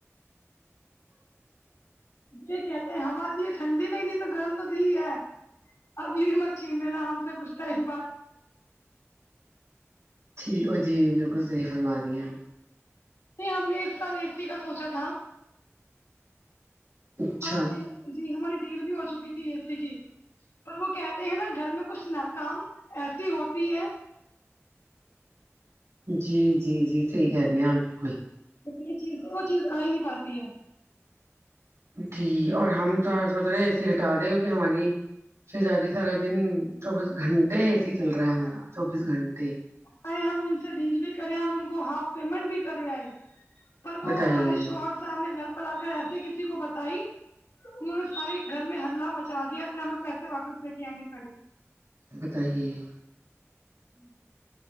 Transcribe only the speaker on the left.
یہ کہتے ہیں ہوا دی ٹھنڈی نہیں دی تو گرم تو دی ہے اب یہ بھی مت چھین لینا ہم سے کچھ ٹائم بعد
نہیں ہم نے اس سال اے سی کا سوچا تھا
ہمارا ڈ جی ہماری ڈیل بھی ہو چکی تھی اےسے کی پر وہ کہتے ہیں نا گھر میں کچھ ناکام ایسی ہوتی ہے
یہ چیز وہ چیز آ ہی نہیں پاتی ہے
ہائے ہم ان سے ڈیل بھی کرے ہم ان کو ہاف پیمنٹ بھی کرےائے پر وہ
ہمارے شوہر صاحب نے گھر پر آ کر ایسے کسی کو بتائی انہوں نے ساری گھر میں ہلہ مچا دیا پھر ہمیں پیسے واپس لے کے آنے پڑے
جی